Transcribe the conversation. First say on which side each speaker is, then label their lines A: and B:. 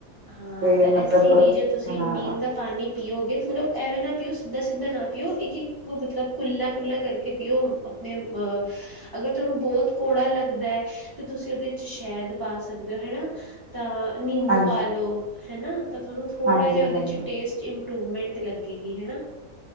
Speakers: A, on the right (about 20°); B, on the right (about 55°).
A: ਹਾਂ,
B: ਤੇ
A: ਤਾਂ
B: ਮਤਲਬ
A: ਐਸੀ ਲਈ ਜੇ ਤੁਸੀ
B: ਹਾਂ
A: ਨੀਮ ਦਾ ਪਾਨੀ ਪੀਓਗੇ ਮਤਲਬ ਐਵੇਂ ਨਾ ਪੀਓ ਸਿੱਧਾ-ਸਿੱਧਾ ਨਾ ਪੀਓ ਇੱਕ-ਇੱਕ ਮਤਲਬ ਕੁੱਲਾ-ਕੁੱਲਾ ਕਰਕੇ ਪੀਓ ਆਪਨੇ ਅ ਅਗਰ ਤੁਹਾਨੂੰ ਬਹੁਤ ਕੌੜਾ ਲੱਗਦੇ ਤੇ ਤੁਸੀ ਓਦੇ ਚ ਸ਼ਹਿਦ ਪਾ ਸਕਦੇ ਓ ਹੈਨਾ ਤਾਂ ਨਿੰਬੂ
B: ਹਾਂਜੀ
A: ਪਾ ਲੋ, ਹੈਨਾ ਤਾਂ ਥੋਨੂੰ ਥੋੜਾ
B: ਹਾਂਜੀ
A: ਜਿਹਾ ਓਦੇ
B: ਹਾਂਜੀ
A: ਚ ਟੇਸਟ ਇੰਪਰੂਵਮੈਂਟ ਲੱਗੇਗੀ ਹੈਨਾ